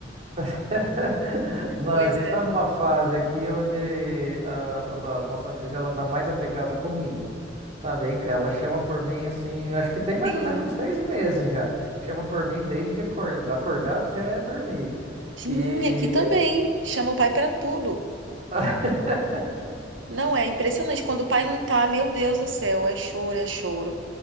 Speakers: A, on the right; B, on the right.
A: <laughs> Não,
B: Pois
A: a gente
B: é.
A: está numa fase aqui onde a, a nossa filha ela tá mais apegada comigo, sabe? Hein? Ela chama por mim assim, acho que tem mais
B: Sim.
A: ou menos uns seis meses já. Chama por mim desde acor- acordar até dormir.
B: Sim,
A: E
B: aqui também. Chama o pai pra tudo.
A: <laughs>
B: Não é impressionante. Quando o pai não tá, meu Deus do céu, é choro, é choro.